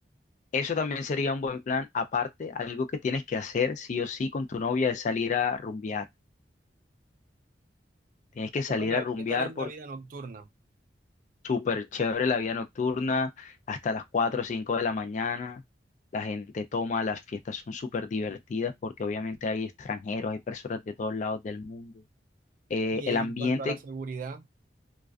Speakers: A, on the left; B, on the right.
A: Eso también sería un buen plan. Aparte, algo que tienes que hacer sí o sí con tu novia es salir a rumbear. Tienes que salir
B: ¿Cómo es la-
A: a rumbear
B: qué tal es la vida nocturna?
A: Súper chévere la vida nocturna, hasta las 4 o 5 de la mañana. La gente toma, las fiestas son súper divertidas porque obviamente hay extranjeros, hay personas de todos lados del mundo. Eh,
B: Y
A: el ambiente,
B: en cuanto a la seguridad,